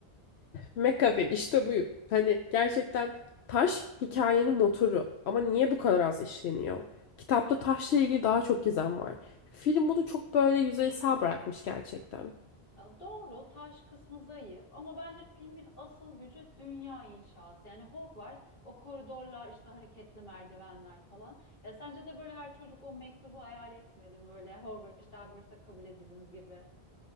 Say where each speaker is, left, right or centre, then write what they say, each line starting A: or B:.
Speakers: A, on the left (about 80°); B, on the left (about 55°).
A: McAfee'in işte bu. Hani gerçekten taş hikayenin motoru. Ama niye bu kadar az işleniyor? Kitapta taşla ilgili daha çok gizem var. Film bunu çok böyle yüzeysel bırakmış gerçekten.
B: Ya Doğru, taş kısmı zayıf ama bence filmin asıl gücü dünya inşası. Yani Hogwarts, o koridorlar, işte hareketli merdivenler falan. Ya sence de böyle her çocuk o mektubu hayal etmedi Böyle Hogwarts, işte Hogwarts'a kabul ediliniz gibi.